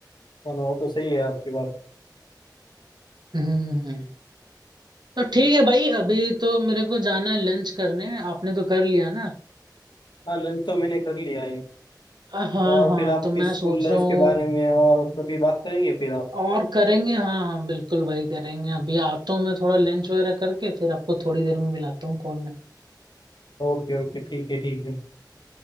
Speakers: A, on the left (about 85°); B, on the right (about 75°).
A: हाँ ना, वो तो सही है आपकी बात
B: हम्म तो ठीक है भाई अभी तो मेरे को जाना है लंच करने आपने तो कर लिया ना
A: हाँ लंच तो मैंने कर लिया है
B: हाँ
A: और
B: हाँ
A: फिर आपकी
B: तो मैं
A: स्कूल
B: सोच
A: लाइफ
B: रहा हूँ
A: के बारे में और कभी बात करेंगे फिर आप
B: और करेंगे हाँ हाँ बिल्कुल भाई करेंगे अभी आता हूँ मैं थोड़ा लंच वगैरह करके फिर आपको थोड़ी देर में मिलाता हूँ कॉल में
A: ओके ओके ठीक है ठीक है